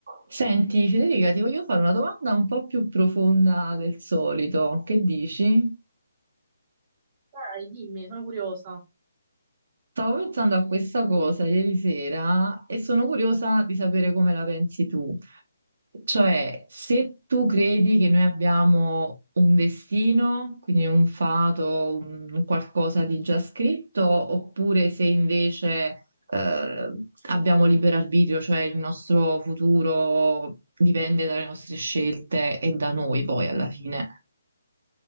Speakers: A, on the right; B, on the right.
A: Senti, Federica, ti voglio fare una domanda un po' più profonda del solito. Che dici?
B: Dai, dimmi, sono curiosa.
A: Stavo pensando a questa cosa ieri sera e sono curiosa di sapere come la pensi tu. Cioè, se tu credi che noi abbiamo un destino, quindi un fato, un qualcosa di già scritto, oppure se invece eh, abbiamo libero arbitrio, cioè il nostro futuro dipende dalle nostre scelte e da noi poi alla fine.